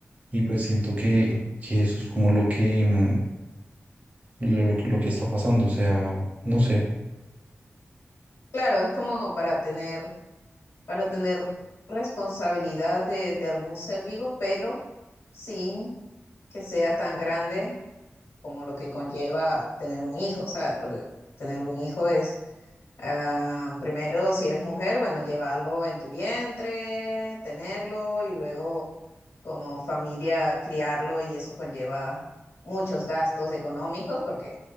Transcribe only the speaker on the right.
y pues siento que, que eso es como lo que, mm, lo, lo- lo que está pasando, o sea, no sé,